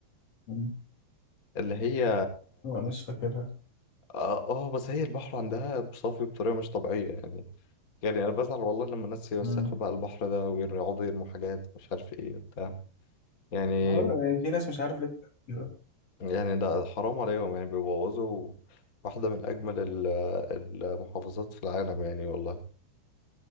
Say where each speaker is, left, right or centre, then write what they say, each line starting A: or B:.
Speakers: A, on the left (about 40°); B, on the left (about 70°).
A: مم.
B: اللي هي
A: لا مش فاكرها
B: اه آه، بس هي البحر عندها صافي بطريقة مش طبيعية يعني يعني انا بزعل والله لما الناس يوسخوا
A: مم.
B: بقى البحر ده ويقعدوا يرموا حاجات مش عارف ايه وبتاع يعني
A: اه لا يعني في ناس مش عارف ليه بتعمل كده
B: يعني ده حرام عليهم يعني بيبوظوا واحدة من اجمل ال- المحافظات في العالم يعني والله